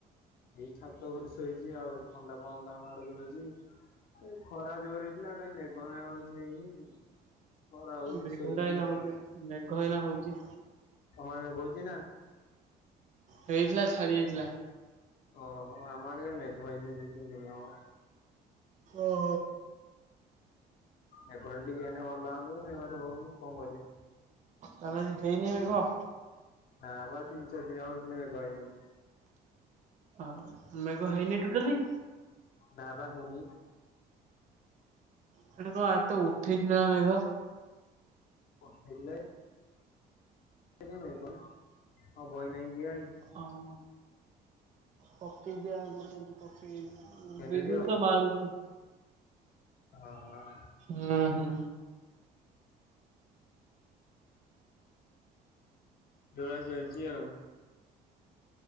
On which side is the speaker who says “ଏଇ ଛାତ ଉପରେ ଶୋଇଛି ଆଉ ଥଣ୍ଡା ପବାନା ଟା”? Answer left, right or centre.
Left